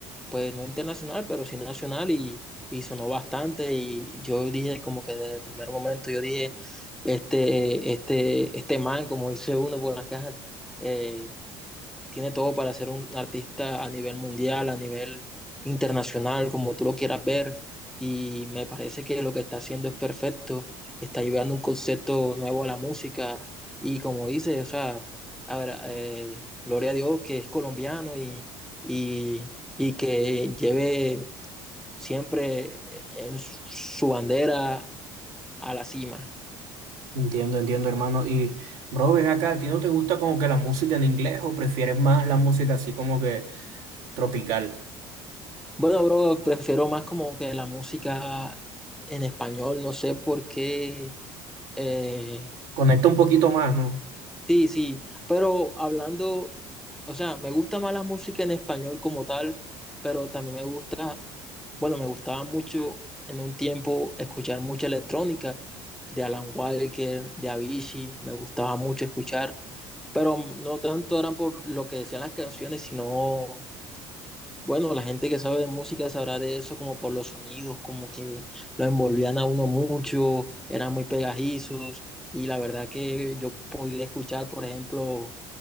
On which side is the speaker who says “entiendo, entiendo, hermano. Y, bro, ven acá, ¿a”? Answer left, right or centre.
Right